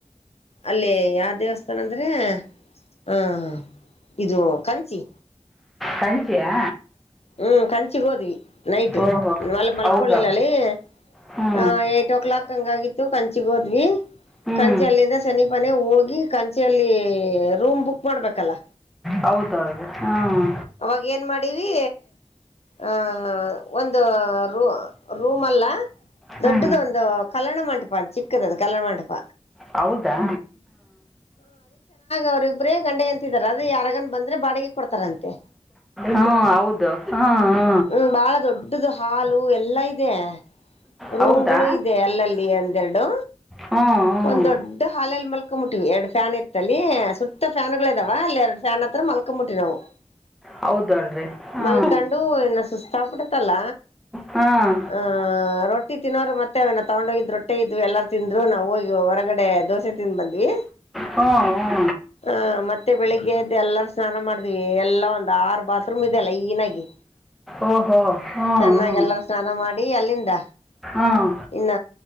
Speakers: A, on the left (about 60°); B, in the centre.
A: ಅಲ್ಲಿ ಯಾರ್ ದೇವಸ್ಥಾನ ಅಂದ್ರೆ. ಹಾ ಇದು ಕಂಚಿ.
B: ಕಂಚಿಯ.
A: ಹ್ಮ್ ಕಂಚಿ ಹೋದ್ವಿ. ನೈಟ
B: ಓಹೋ
A: ಮ ಮಲ್ಕೋಳುಲ್ಲಿ
B: ಹೌದಾ
A: ಎ
B: ಹ್ಞೂ
A: ಏಟ್ ಓ ಕ್ಲಾಕ್. ಹಂಗಾಗಿತ್ತು ಕಂಚಿಗ್ ಹೋದ್ವಿ.
B: ಹ್ಞೂ
A: ಕಂಚ ಅಲ್ಲಿಂದ ಶನಿ ಪನೆ ಹೋಗಿ ಕಂಚಲ್ಲಿ ರೂಮ್ ಬುಕ್ ಮಾಡ್ಬೇಕಲ್ಲ.
B: ಹೌದೌದು ಹ್ಮ.
A: ಅವಾಗ ಏನ್ ಮಾಡಿವಿ. ಆ ಒಂದು ರೂ ರೂಮ್ ಅಲ್ಲ.
B: ಹ್ಞೂ
A: ದೊಡ್ಡದ ಒಂದು ಕಲ್ಲಣ ಮಂಟಪ ಅಂತ ಚಿಕ್ಕದ ಅದು ಕಲ್ಲಾಣ ಮಂಟಪ.
B: ಹೌದಾ.
A: ಅವ್ರರಿಬ್ಬ್ರೇ ಗಂಡ ಹೆಂಡತಿ ಇದ್ದಾರೆ ಅದು ಯರಗನ್ ಬಂದ್ರೆ ಬಾಡಿಗೆ ಕೊಡ್ತಾರಂತೆ.
B: ಹಾ ಹೌದು ಹಾ ಹಾ.
A: ಹ್ಮ್ ಬಾಳ ದೊಡ್ಡದು ಹಾಲು ಎಲ್ಲಾ ಇದೆ ರೂಮ್ಗಳು
B: ಹೌದಾ
A: ಇದೆ ಅಲ್ಲಲ್ಲಿ ಎಂದೆರಡು.
B: ಹ್ಞೂ ಹ್ಞೂ
A: ಒಂದ್ ದೊಡ್ಡ ಹಾಲಲ್ ಮಲ್ ಮಲ್ಕ ಮುಟ್ಟಿವವಿ ಎರಡ್ ಫ್ಯಾನ್ ಇತ್ತಲ್ಲಿ ಸುತ್ತ ಫ್ಯಾನ್ ಗಳು ಇದಾವ ಅಲ್ಲಿ ಎರಡ್ ಫ್ಯಾನ್ ಹತ್ರ ಮಲ್ಕೊ ಮುಟ್ಟಿವವಿ ನಾವು.
B: ಹೌದಲ್ರಿ ಹ್ಞೂ
A: ಮಲ್ಕೊಂಡು ಇನ ಸುಸ್ತ ಸಪಿಡತಲ್ಲ
B: ಹಾಂ
A: ಆ ರೊ. ತಿ ತಿನ್ನೋರು ಮತ್ತೆ ಅವನ ತಗೊಂಡ ಹೋಗಿದ್ ರೊಟ್ಟೆ ಇದ್ ಎಲ್ಲಾರ ತಿಂದ್ರು ನಾವವು ಹೋಗಿ ಹೊರಗಡೆ ದೋಸೆ ತಿಿಂದ ಬಂದ್ವಿ.
B: ಹ್ಮ ಹ್ಮ
A: ಹ ಮತ್ತೆ ಬೆಳಿಗ್ಗೆ ಎದ್ದು ಎಲ್ಲಾರ ಸ್ನಾನ ಮಾಡ್ದ್ವಿ ಎಲ್ಲಾ ಒಂದ್ ಆರು ಬಾತ್ರೂಮ್ ಇದೆ ಲೈನ್ನಾಗಿ.
B: ಓಹೋ ಹ್ಞೂ
A: ಚೆನ್ನಾಗಿ
B: ಹ್ಞೂ
A: ಎಲ್ಲಾರ ಸ್ನಾನ ಮಾಡಿ ಅಲ್ಲಿಂದ.
B: ಹ್ಞೂ
A: ಇನ್ನ